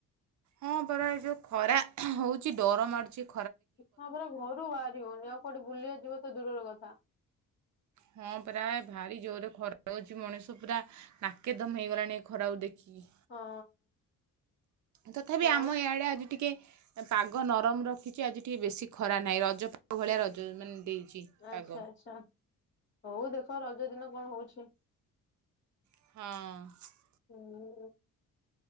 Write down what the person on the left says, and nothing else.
ହଁ ପରା ଘରୁ ବାହାରି ହଉନି ଆଉ କୋଉଠି ବୁଲିଆକୁ ଯିବ ତ ଦୂରର କଥା
ହଁ।
ଆଉ
ଆଚ୍ଛା ଆଚ୍ଛା ହଉ ଦେଖ ରଜ ଦିନ କଣ ହଉଛି?
<unintelligible>